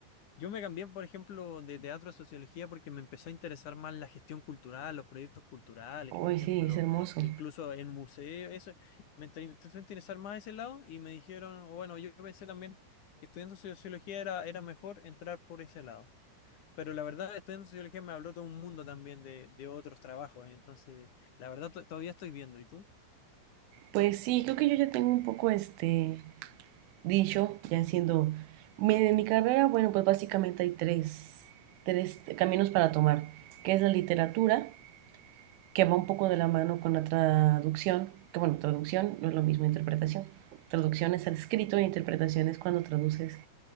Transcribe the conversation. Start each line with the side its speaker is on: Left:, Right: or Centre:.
Left: Yo me cambié, por ejemplo, de teatro a sociología porque me empezó a interesar más la gestión cultural, los proyectos culturales,
Right: uy
Left: por ejemplo,
Right: sí, es hermoso.
Left: e incluso en museos, eso. Me inter- empezó a interesar más ese lado y me dijeron, o bueno, yo pensé también que estudiando sociología era, era mejor entrar por ese lado. Pero la verdad, estudiando sociología me habló todo un mundo también de, de otros trabajos. Entonces, la verdad, to- todavía estoy viendo. ¿Y tú?
Right: Pues sí, creo que yo ya tengo un poco este dicho, ya siendo en mi carrera, bueno, pues básicamente hay tres, tres caminos para tomar, que es la literatura, que va un poco de la mano con la traducción, que bueno, traducción no es lo mismo interpretación. Traducción es al escrito e interpretación es cuando traduces,